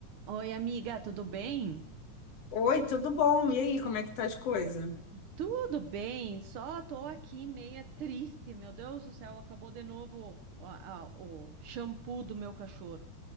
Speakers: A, on the right; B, on the left.
A: Oi, amiga, tudo bem?
B: Oi, tudo bom? E aí, como é que tá as coisas?
A: Tudo bem, só tô aqui meia triste. Meu Deus do céu, acabou de novo o, a- o shampoo do meu cachorro.